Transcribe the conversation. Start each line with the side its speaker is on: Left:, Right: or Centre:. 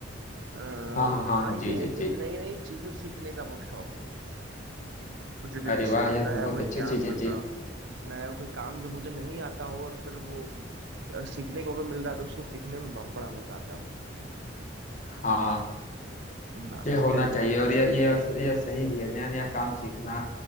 Right: आ,
Left: हाँ हाँ हाँ
Right: हाँ
Left: जी
Right: ये
Left: जी
Right: है कि
Left: जी
Right: नई नई चीजें सीखने का बहुत शौक है कुछ भी जैसे
Left: अरे वाह
Right: नया
Left: यह तो बहुत
Right: कोई
Left: अच्छी
Right: ज्ञान
Left: चीज
Right: मिल
Left: है जी
Right: रहा हो नया कोई काम जो मुझे नहीं आता हो और फिर वो सीखने को अगर मिल रहा है तो उसको सीखने में ब- बड़ा मजा आता है मुझे
Left: हाँ
Right: हाँ
Left: ये होना
Right: एक-
Left: चाहिए और यह यह यह सही भी है नया नया काम सीखना